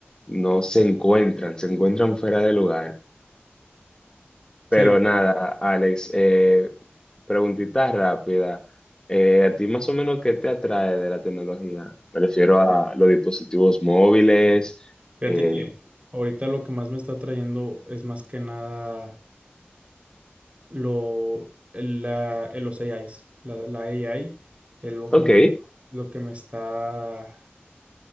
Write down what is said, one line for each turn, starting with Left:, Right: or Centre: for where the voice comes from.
Left: no se encuentran, se encuentran fuera de lugar. Pero
Right: Sí,
Left: nada, Alex, eh, preguntita rápida. Eh, ¿a ti más o menos qué te atrae de la tecnología? Me refiero a los dispositivos móviles.
Right: fíjate
Left: eh,
Right: que ahorita lo que más me está trayendo es más que nada lo, el- la, el- los AIs. La, la AI es lo que
Left: ok,
Right: me, lo que me está